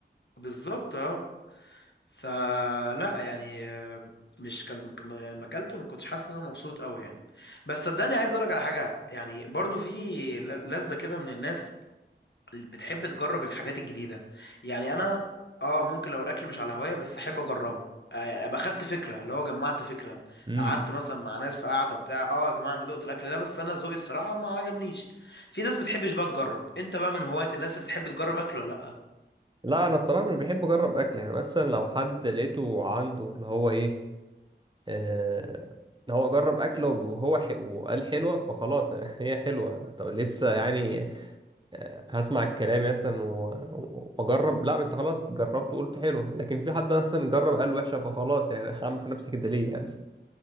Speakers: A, on the left (about 70°); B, on the right (about 25°).
A: بالظبط اه فلا يعني آه، مش كان لما اكلته ما كنتش حاسس ان انا مبسوط قوي يعني بس صدقني عايز اقول لك على حاجه يعني برضو في ل- لذه كده من الناس اللي بتحب تجرب الحاجات الجديده يعني انا اه ممكن لو الاكل مش على هوايه بس احب اجربه آه يعني ابقى خدت فكره اللي هو جمعت فكره
B: امم
A: قعدت مثلا مع ناس في قعده بتاع اه يا جماعه انا دقت الاكل ده بس انا ذوقي الصراحه ما عجبنيش في ناس بتحبش بقى تجرب انت بقى من هوايه الناس اللي تحب تجرب اكل ولا لا
B: لا انا الصراحه مش بحب اجرب اكل يعني مثلا لو حد لقيته عنده اللي هو ايه آه هو جرب اكله وهو حي وقال حلوه فخلاص <laughs> هي حلوه طب لسه يعني هسمع الكلام مثلا و- واجرب لا ما انت خلاص جربت وقلت حلو لكن في حد مثلا جرب قال وحشه فخلاص يعني <laughs> هعمل في نفسي كده ليه يعني